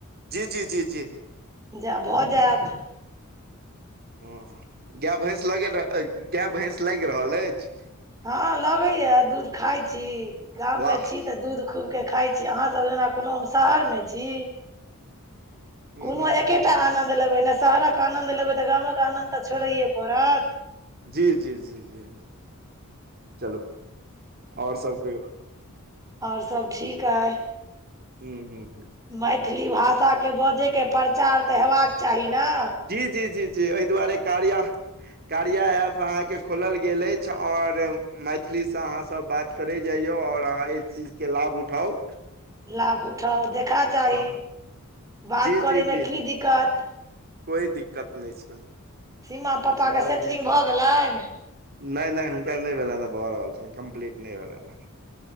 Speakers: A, on the right (about 45°); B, on the right (about 15°).
A: जी जी जी जी।
B: जॅं भऽ जायत
A: हॅं गाय भैंस लगे मे अइ गाय भैंस लागि रहल अइछ?
B: हँ लगैये दूध खाय छी गाम
A: वाह
B: में छी त दूध खूब के खाय छी अहाँ सब जेना कोनो हम शहर में छी।
A: ह
B: कोनो एकेटा आनन्द लेबै ने शहरक आनन्द लेबै तऽ गामक आनन्द तऽ छोड़ैये पड़त।
A: जी जी जी जी चलू ह आओर सब कहियौ।
B: और सब ठीक अइ।
A: हूॅं हूॅं हूॅं।
B: मैथिली भाषाके बजय के प्रचार तऽ हेबाक चाही नऽ।
A: जी जी जी जी अइ दुआरे कार्या कार्या ऐप अहाँके खोलल गेल अइछ आओर मैथिली सँ अहाँ सब बात करय जाइ जाउ आओर अहाँ एहि चीज के लाभ उठाउ।
B: लाभ उठाउ देखा चाही
A: आ
B: बात
A: जी
B: करेमे
A: जी जी
B: की दिक्कत।
A: कोइ दिक्कत नहि छै।
B: सीमा पप्पाके
A: दस बारह
B: सेटरिंग
A: मिनट
B: भऽ गेलनि।
A: नहि नहि हुनकर नहि भेलनि हैं भऽ रहल छनि कम्प्लीट नहि भेलनि हैं।